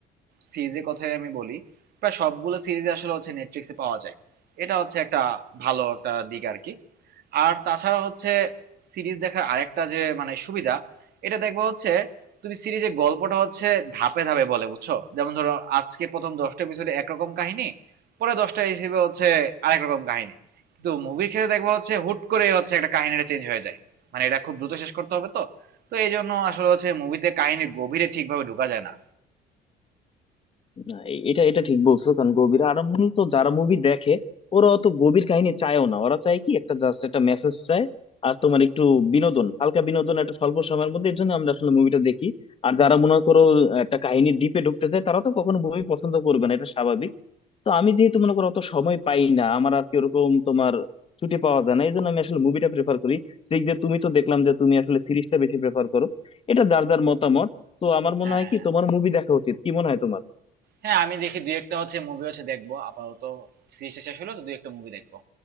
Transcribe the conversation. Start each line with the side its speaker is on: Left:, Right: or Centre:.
Right: সিরিজের কথাই আমি বলি প্রায় সবগুলো সিরিজ আসলে হচ্ছে নেটফ্লিক্সে পাওয়া যায় এটা হচ্ছে একটা ভালো একটা দিক আর কি আর তাছাড়া হচ্ছে সিরিজ দেখার আরেকটা যে মানে সুবিধা এটা দেখবো হচ্ছে তুমি সিরিজের গল্পটা হচ্ছে ধাপে ধাপে বলে বুঝছো যেমন ধরো আজকে প্রথম দশটা এপিসোডে একরকম কাহিনী পরে দশটা হিসেবে হচ্ছে আরেক রকম কাহিনী কিন্তু মুভির ক্ষেত্রে দেখবো হচ্ছে হুট করে হচ্ছে একটা কাহিনীটা চেঞ্জ হয়ে যায় মানে এটা খুব দ্রুত শেষ করতে হবে তো তো এই জন্য আসলে হচ্ছে মুভিতে কাহিনীর গভীরে ঠিকভাবে ঢোকা যায় না
Left: না, এ- এটা এটা ঠিক বলছো কারণ গভীর আর মূলত যারা মুভি দেখে ওরা অত গভীর কাহিনী চায়ও না ওরা চায় কি একটা জাস্ট একটা মেসেজ চায় আর তোমার একটু বিনোদন হালকা বিনোদন একটা স্বল্প সময়ের মধ্যে এর জন্য আমরা আসলে মুভিটা দেখি আর যারা মনে করো একটা কাহিনী ডিপে ঢুকতে চায় তারা তো কখনো মুভি পছন্দ করবে না এটা স্বাভাবিক তো আমি যেহেতু মনে করো অত সময় পাই না আমার আর কি ওরকম তোমার ছুটি পাওয়া যায় না এই জন্য আমি আসলে মুভিটা প্রেফার করি ঠিক যে তুমি তো দেখলাম যে তুমি আসলে সিরিজটা বেশি প্রেফার করো এটা যার যার মতামত তো আমার মনে
Right: হ্যাঁ
Left: হয় কি তোমার মুভি দেখা উচিত কি মনে হয় তোমার
Right: হ্যাঁ আমি দেখি দুই একটা হচ্ছে মুভি হচ্ছে দেখবো আপাতত সিরিজটা শেষ হলো তো দুই একটা মুভি দেখবো